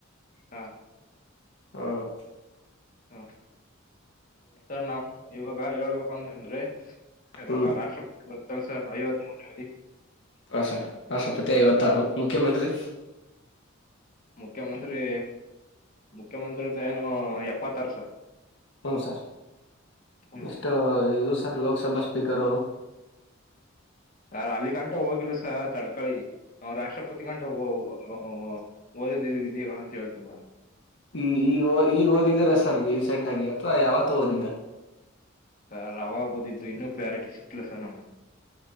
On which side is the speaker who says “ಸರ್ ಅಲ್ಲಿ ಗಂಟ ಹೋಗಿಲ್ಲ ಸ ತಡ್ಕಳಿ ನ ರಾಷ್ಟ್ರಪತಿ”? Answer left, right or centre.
Left